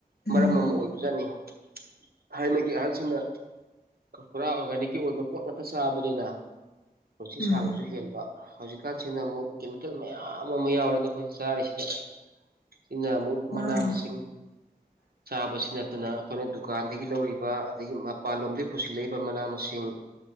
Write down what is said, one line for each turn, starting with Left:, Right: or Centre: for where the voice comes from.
Left: ꯎꯝ
Right: ꯃꯔꯝ ꯑꯃ ꯑꯣꯏꯕ ꯖꯥꯠꯅꯤ ꯊꯥꯏꯅꯒꯤ ꯑꯍꯥꯡꯁꯤꯡꯅ ꯄꯨꯔꯥ ꯑꯣꯔꯒꯥꯅꯤꯛꯀꯤ ꯑꯣꯏꯕ ꯄꯣꯠ ꯉꯥꯛꯇ ꯆꯥꯕꯅꯤꯅ ꯄꯨꯟꯁꯤ
Left: ꯎꯝ
Right: ꯁꯥꯡꯕꯁꯨ ꯍꯦꯟꯕ ꯍꯧꯖꯤꯛꯀꯥꯟꯁꯤ ꯁꯤꯅ ꯑꯃꯨꯛ ꯀꯦꯃꯤꯀꯦꯜ ꯃꯌꯥꯝ ꯑꯃ ꯌꯥꯎꯔꯦ ꯑꯗꯣ ꯑꯩꯈꯣꯏꯅ ꯆꯥꯔꯤꯁꯤꯗ ꯁꯤꯅ ꯑꯃꯨꯛ
Left: ꯃꯥꯅꯦ
Right: ꯃꯅꯥ ꯃꯁꯤꯡ
Left: <inaudible>
Right: ꯆꯥꯕꯁꯤ ꯅꯠꯇꯅ ꯑꯩꯈꯣꯏꯅ ꯗꯨꯀꯥꯟꯗꯒꯤ ꯂꯧꯔꯤꯕ ꯑꯗꯒꯤ ꯃꯄꯥꯟꯂꯣꯝꯗꯒꯤ ꯄꯨꯁꯤꯜꯂꯛꯏꯕ ꯃꯅꯥ ꯃꯁꯤꯡ